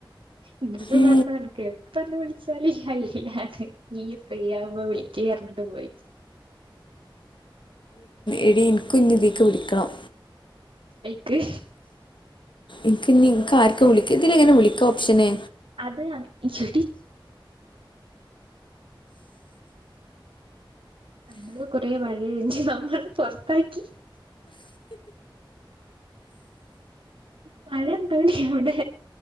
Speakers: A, on the right; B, on the left.
A: ഇന്റെടുത്‌
B: ഏ
A: പറഞ്ഞു അനക്ക് എപ്പന്നെ വിളിച്ചാലും ഇയ്യ് അയിലാണ്. ഇയ്യ് ഫ്രീ ആകുമ്പോ വിളിക്ക്‌ പറഞ്ഞിട്ട് പോയി.
B: എടീ ഇൻക്കും ഇഞ്ഞിതീക്ക് വിളിക്കണം.
A: എയ്ക്ക്.
B: ഇൻക്ക് ഇഞ് ഇൻക്ക് ആർക്ക വിളിക്ക ഇതിലെങ്ങനെ വിളിക്കാ ഓപ്ഷന്.
A: അത് ഈ ചെട്ടി നമ്മള് കൊറേ വഴി കഴഞ്ഞ് നമ്മള് പൊറത്താക്കി. മഴണ്ടൊടീ അവിടെ.